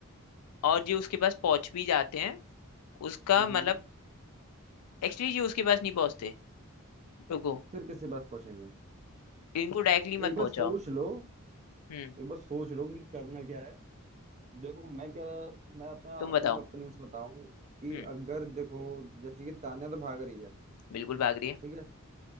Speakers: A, on the left (about 90°); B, on the right (about 30°).
A: और ये उसके पास पहुंच भी जाते हैं उसका
B: हम्म
A: मतलब एक्चुअली ये उसके पास नहीं पहुंचते रुको
B: फिर किसके पास पहुंचेंगे
A: इनको डायरेक्टली मत
B: एक बार
A: पहुंचाओ
B: सोच लो
A: हम्म
B: एक बार सोच लो कि करना क्या है देखो मैं क्या मैं अपना
A: तुम
B: अपना
A: बताओ
B: ओपिनियन बताऊं कि
A: हम्म
B: अगर देखो जैसे कि तान्या तो भाग रही है
A: बिल्कुल भाग रही है
B: ठीक है